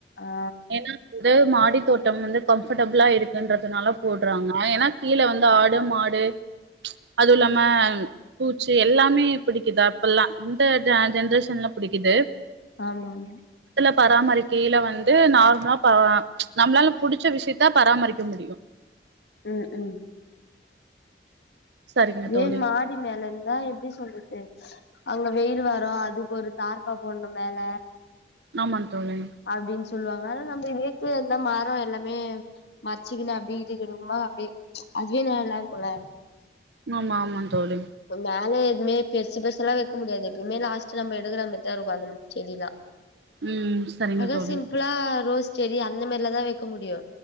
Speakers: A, on the left; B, on the right.
A: ஆ
B: ஏனா கு வந்து மாடி தோட்டம் வந்து கம்ஃபடபிளா இருக்குன்றதுனால போடுறாங்க ஏனா கீழ வந்து ஆடு மாடு ச் அதுவு இல்லாம பூச்சு எல்லாமே புடிக்குது அப்பெல்லா இந்த ஜென்ரேஷன் <unintelligible> புடிக்குது
A: ஆமா ஆமா
B: பராமரிக்கையில வந் ட்டு நார்ம்லா பா நம்ளால புடிச்ச விஷயத்த பராமரிக்க முடியு
A: ம் ம்
B: சரிங்க
A: ஏ
B: தோழி
A: மாடி மேல இருந்தா எப்டி சொல்றது அங்க வெயில் வரோ அதுக்கு ஒரு தார்பா போடுடனு மேல
B: ஆமா தோழி
A: அப்டின்னு சொல்லுவாங்க ஆனா நம்ம <unintelligible> இருந்த மரம் எல்லாமே மறச்சிக்குனா அப்டி <unintelligible> கெடுமா அப்டியே அதுவே ந நல்லா இருக்குல
B: ஆமா ஆமா தோழி
A: <unintelligible> மேலேத் எதுவுமே பெர்சு பெர்சாலா வெக்க முடியாது எப்பவுமே லாஸ்ட்ட நம்ம எடுக்குற மார்தா இருக்கு அந்த செடிலா
B: ம் சரிங்க
A: அதா
B: தோழி
A: சிம்ப்ளா ரோஸ் செடி அந்த மாரில தா வைக்க முடியு